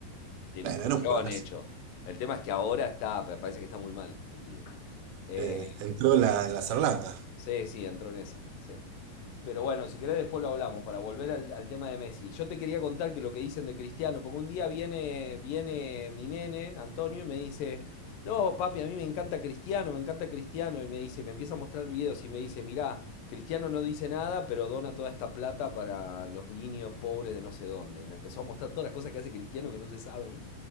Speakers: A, on the left; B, on the right.
A: tiene
B: Bueno,
A: un carrerón
B: era un jugadorazo.
A: hecho. El tema es que ahora está, parece que está muy mal el pibe. Eh,
B: Eh, entró en la, en la Sarlanda.
A: sí, sí, entró en esa, sí. Pero bueno, si querés después lo hablamos para volver al, al tema de Messi. Yo te quería contar que lo que dicen de Cristiano, porque un día viene, viene mi nene, Antonio, y me dice, no, papi, a mí me encanta Cristiano, me encanta Cristiano, y me dice, me empieza a mostrar videos y me dice, mirá, Cristiano no dice nada, pero dona toda esta plata para los niños pobres de no sé dónde. Y me empezó a mostrar todas las cosas que hace Cristiano que no se saben,